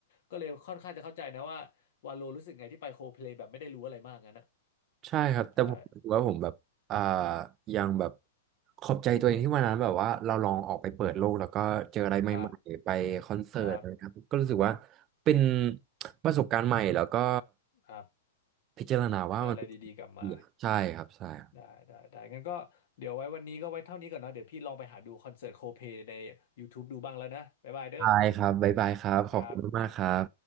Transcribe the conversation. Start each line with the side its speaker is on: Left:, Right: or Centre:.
Left: ก็เลยค่อนข้างจะเข้าใจนะว่าวาโลรู้สึกไงที่ไปโคเพลย์แบบไม่ได้รู้อะไรมากงั้นนะ
Right: ใช่ครับ แต่ผมรู้สึกว่าผมแบบอ่า
Left: ใช่
Right: ยังแบบขอบใจตัวเองที่วันนั้นแบบว่าเราลองออกไปเปิดโลกแล้วก็เจออะไรใหม่ๆไปคอนเสิร์ตอะไรครับก็รู้สึกว่า
Left: ครับครับ
Right: เป็นประสบการณ์ใหม่แล้วก็
Left: ครับ
Right: พิจารณาว่ามันเป็นสิ่งที่ดีอะใช่ครับใช่ครับ
Left: ได้อะไรดีๆกลับมา ได้ได้ได้งั้นก็เดี๋ยวไว้วันนี้ก็ไว้เท่านี้ก่อนเนาะเดี๋ยวพี่ลองไปหาดูคอนเสิร์ตโคเพใน YouTube ดูบ้างแล้วนะบ๊ายบายเด้อ
Right: ใช่ครับบ๊ายบายครับ ขอบคุณมากๆครับ
Left: ครับ